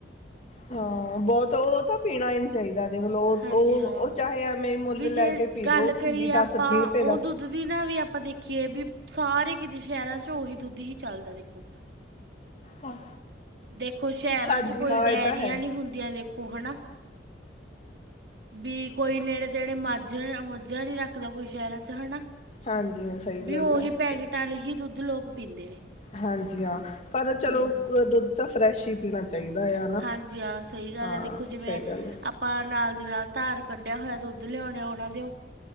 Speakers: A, on the left (about 40°); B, on the right (about 60°).
A: ਹਾਂ, ਬਹੁਤ ਉਹ ਤਾਂ। ਪੀਣਾ ਹੀ ਨੀ ਚਾਹੀਦਾ ਦੇਖ ਲਓ ਉਹ-ਉਹ
B: ਹਾਂਜੀ ਹਾਂ
A: ਚਾਹੇ ਐਵੇਂ ਮੁੱਲ
B: ਵੀ ਜੇ
A: ਲੈ ਕੇ ਪੀ
B: ਗੱਲ
A: ਲਓ।
B: ਕਰੀਏ
A: ਵੀਹ ਦਸ
B: ਆਪਾਂ
A: ਵੀਹ ਰੁਪਏ
B: ਉਹ
A: ਦਾ
B: ਦੁੱਧ ਦੀ ਨਾਲ ਵੀ ਆਪਾਂ ਦੇਖੀਏ ਵੀ ਸਾਰੇ ਕਿਤੇ ਸ਼ਹਿਰਾਂ ਚ' ਉਹੀ ਦੁੱਧ ਹੀ ਚੱਲਦਾ ਦੇਖੋ।
A: ਹਾਂ।
B: ਦੇਖੋ ਸ਼ਹਿਰਾਂ
A: ਹਾਂਜੀ
B: ਚ' ਕੋਈ ਡੇਅਰੀਆਂ
A: ਇਹ ਤਾਂ ਹੈ
B: ਨੀ ਹੁੰਦੀਆਂ ਦੇਖੋ ਹੈਨਾ। ਵੀ ਕੋਈ ਨੇੜੇ ਤੇੜੇ ਮੱਝ, ਮੱਝਾਂ ਨਹੀਂ ਰੱਖਦਾ ਕੋਈ ਸ਼ਹਿਰਾਂ ਚ' ਹਨਾ।
A: ਹਾਂਜੀ ਹਾਂ ਸਹੀ
B: ਵੀ
A: ਗੱਲ
B: ਉਹੀ
A: ਹੈ
B: ਪੈਕੇਟ
A: ਚਲੋ
B: ਵਾਲੇ ਹੀ ਦੁੱਧ ਲੋਕ ਪੀਂਦੇ ਨੇ।
A: ਹਾਂਜੀ, ਹਾਂ ਪਰ ਚਲੋ
B: ਹੂੰ
A: ਦੁੱਧ ਤਾਂ ਫਰੈਸ਼ ਹੀ ਪੀਣਾ। ਚਾਹੀਦਾ ਆ ਨਾ
B: ਹਾਂਜੀ ਹਾਂ ਸਹੀ ਗੱਲ
A: ਹਾਂ
B: ਹੈ ਦੇਖੋ ਜਿਵੇਂ
A: ਸਹੀ ਗੱਲ ਹੈ।
B: ਆਪਾਂ ਨਾਲ ਦੀ ਨਾਲ ਧਾਰ ਕੱਢਿਆ ਹੋਇਆ ਦੁੱਧ ਲਿਆਉਨੇ ਆ ਉਹਨਾਂ ਦਿਓ।